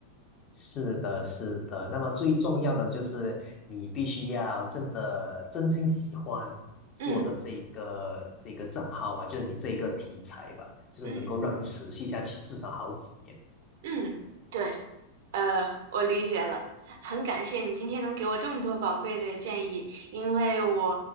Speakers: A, on the left; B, on the right.
A: 是的，是的。那么最重要的就是你必须要真的真心喜欢做的这个这个账号吧，
B: 嗯
A: 就是你这个题材吧，就是能够让你持续下去至少好几年。
B: 嗯嗯，对。呃，我理解了，很感谢你今天能给我这么多宝贵的建议，因为我